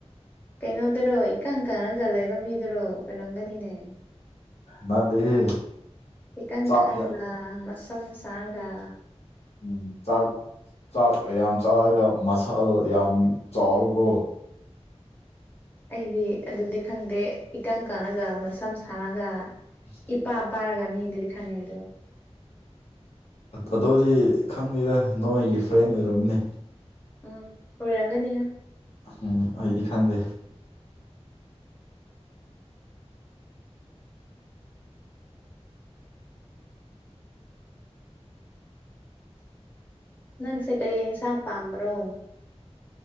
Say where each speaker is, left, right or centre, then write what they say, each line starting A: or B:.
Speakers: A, on the left; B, on the left.
A: ꯀꯩꯅꯣꯗꯨꯔꯣ ꯏꯀꯪ ꯀꯪꯂꯒ ꯂꯩꯕ ꯃꯤꯗꯨꯔꯣ ꯑꯣꯏꯔꯝꯒꯅꯤꯅꯦ
B: ꯅꯠꯇꯦꯍꯦ
A: ꯏꯀꯪ
B: ꯆꯥꯛ
A: ꯀꯪꯉꯒ ꯃꯁꯝ ꯁꯥꯡꯉꯒ
B: ꯎ ꯆꯥꯛ- ꯆꯥꯛ ꯌꯥꯝ ꯆꯥꯔꯒ ꯃꯁꯜ ꯌꯥꯝ ꯆꯥꯑꯣꯀꯣ
A: ꯑꯩꯗꯤ ꯑꯗꯨꯗꯤ ꯈꯪꯗꯦ ꯏꯀꯪ ꯀꯪꯂꯒ ꯃꯁꯝ ꯁꯥꯡꯂꯒ
B: <unintelligible>
A: ꯏꯄꯥ ꯄꯥꯔꯒ ꯃꯤꯗꯨꯗꯤ ꯈꯪꯉꯦ ꯑꯗꯨ
B: ꯑꯗꯣꯗꯤ ꯈꯪꯗꯦꯗ ꯅꯣꯏꯒꯤ ꯐ꯭ꯔꯦꯟ ꯑꯣꯏꯔꯝꯅꯤ
A: ꯎꯝ ꯑꯣꯏꯔꯝꯒꯅꯤ
B: ꯎꯝ ꯑꯩꯗꯤ ꯈꯪꯗꯦ
A: ꯅꯪꯁꯦ ꯀꯔꯤ ꯌꯦꯟꯁꯥꯡ ꯄꯥꯝꯕ꯭ꯔꯣ